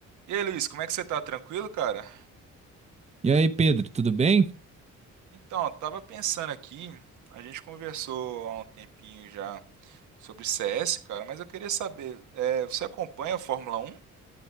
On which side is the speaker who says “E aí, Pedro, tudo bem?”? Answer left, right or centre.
Right